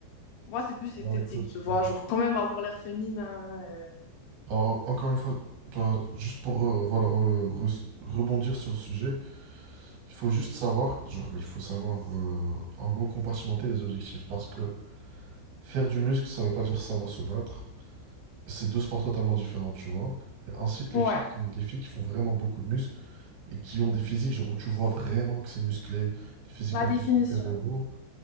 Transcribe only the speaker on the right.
Bah écoute,
euh,
Alors, encore une fois, ben, juste pour euh, voilà, re- re- rebondir sur le sujet, il faut juste savoir, genre, il faut savoir euh, en gros compartimenter les objectifs parce que faire du muscle, ça veut pas dire savoir se battre. C'est deux sports totalement différents, tu vois. Et ensuite,
les filles, qui- les filles qui font vraiment beaucoup de muscles et qui ont des physiques, genre, où tu vois vraiment que c'est musclé, des physiques
un
peu super-héros,